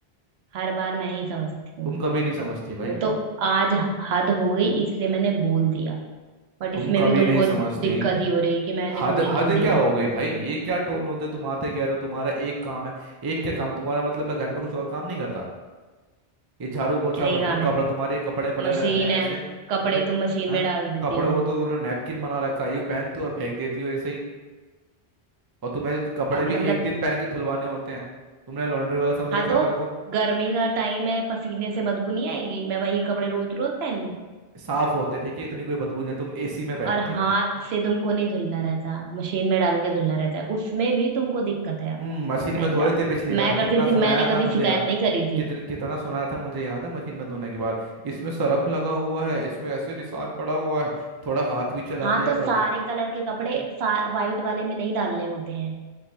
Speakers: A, on the right; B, on the right.
A: हर बार मैं ही समझती हूँ
B: तुम कभी नहीं समझती भाई
A: वो तो आज हद हो गई इसलिए मैंने बोल दिया बट
B: तुम
A: इसमें
B: कभी
A: भी तुमको
B: नहीं समझते
A: दिक्कत ही हो रही कि मैंने
B: हद
A: बोल
B: हद
A: क्यों दिया
B: क्या हो गई भाई ये क्या टोन होते तुम आते कह रहे हो तुम्हारा एक काम है एक क्या काम तुम्हारा मतलब मैं घर में कुछ और काम नहीं करता ये झाड़ू पोछा
A: क्या ही
B: बर्तन
A: काम है
B: कपड़ा तुम्हारे कपड़े पड़े
A: मशीन
B: रहते हैं
A: है
B: ऐसे
A: कपड़े
B: तुमने
A: तुम मशीन
B: हैं
A: में डाल देते
B: कपड़ों
A: हो
B: को तो तुमने नैपकिन बना रखा है यूं पहनती हो और फेंक देती हो ऐसे ही और तुम्हें कपड़े
A: अब
B: भी
A: मतलब
B: एक दिन पहन के धुलवाने होते हैं तुमने लॉन्ड्री वाला समझ
A: हाँ
B: रखा
A: तो
B: है मेरे को
A: गर्मी का टाइम है पसीने से बदबू नहीं आएगी मैं वही कपड़े रोज रोज पहनूं
B: साफ होते हैं, ठीक है इतनी कोई बदबू नहीं है, तुम एसी में बैठती
A: और
B: हो
A: हाथ से तुमको नहीं धुलना रहता मशीन में डाल के धुलना रहता है उसमें भी तुमको दिक्कत है
B: हम्म
A: भाई
B: मशीन में धोए
A: साहब
B: थे पिछली बार
A: मैं
B: कितना
A: करती
B: सुनाया
A: थी मैंने
B: था
A: कभी
B: मुझे
A: शिकायत
B: यार
A: नहीं करी थी
B: कितने कितना सुनाया था मुझे याद है मशीन में धोने के बाद इसमें सरफ लगा हुआ है इसमें ऐसे निशान पड़ा हुआ है थोड़ा हाथ भी चला
A: हाँ
B: लिया
A: तो सारे
B: करो
A: कलर के कपड़े सा, वाइट वाले में नहीं डालने होते हैं